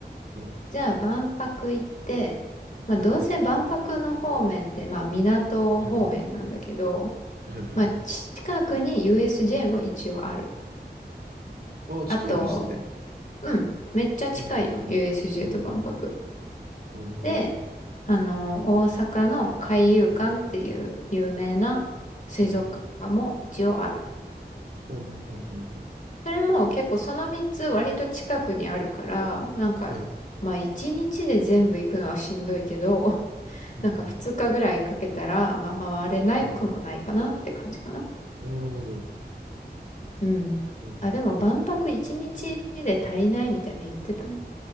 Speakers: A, on the right (about 65°); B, on the left (about 45°).
A: と。はい。
B: じゃあ万博行って、まあどうせ万博の方面って、
A: はい。
B: まあ港方面なんだけど、
A: はい。はいはいはい。
B: まあ近くに USJ も一応ある。
A: ああ、近いんですね。
B: あと、うん、めっちゃ近いよ、
A: ほんほんほん。
B: USJ
A: ほんほん
B: と万博。
A: ほん。なるほど。
B: で、あの、大阪の海遊館っていう有名な水族館も一応ある。
A: はい。はい。ほんほんほんほんほん。
B: それも結構その3つ割と近くにあるから、なんか、
A: はい。
B: まあ1日で全部行くのはしんどいけど、
A: うんうん
B: なんか2日ぐらいかけたら、まあ、回れないくもないかなって感じかな。
A: うん。はい。なるほど。
B: うん。
A: うんうん
B: あ、でも万博1日で足りないみたいな言ってたな。